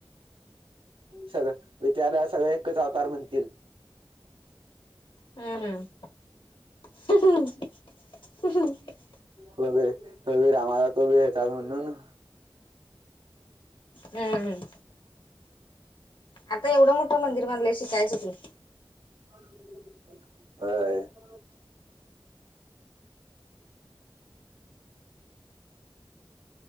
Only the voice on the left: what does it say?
हम् हम. ह ह.
हम्म. आता एवढं मोठं मंदिर बनय शिकायचं की.